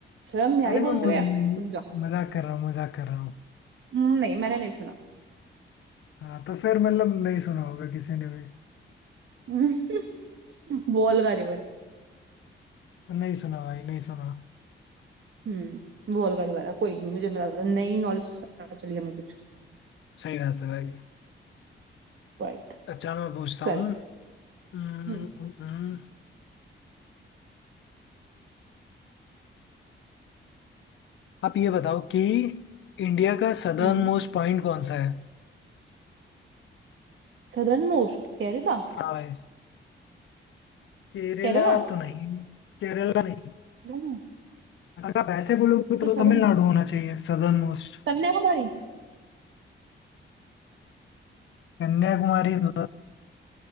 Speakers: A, on the right (about 70°); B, on the left (about 70°).
A: शर्म नहीं आई
B: अरे मैं
A: बोलते
B: म-
A: हुए रुक जा
B: मजाक कर रहा हूँ मजाक कर रहा हूँ
A: हम्म, नहीं मैंने नहीं सुना
B: हाँ तो फिर मतलब नहीं सुना होगा किसी ने भी
A: हम्म, <laughs> वोल्गा रिवर
B: नहीं सुना भाई नहीं सुना
A: हम्म वोल्गा रिवर है कोई नहीं मुझे मिला था, नई नॉलेज पता चली हमें कुछ
B: सही बात है भाई
A: राइट
B: अच्छा मैं पूछता
A: चल
B: हूँ हम्म,
A: हम्म
B: हम्म, हम्म। आप ये बताओ कि इंडिया का सदर्न
A: हम्म
B: मोस्ट पॉइंट कौन सा है
A: Southernmost Kerala
B: हाँ भाई केरला
A: केरला
B: तो नहीं केरला नहीं
A: नहीं,
B: अगर आप ऐसे बोलोगे
A: तो
B: तो
A: सदर्न
B: तमिलनाडु होना चाहिए सदर्न मोस्ट
A: कन्याकुमारी
B: कन्याकुमारी तो-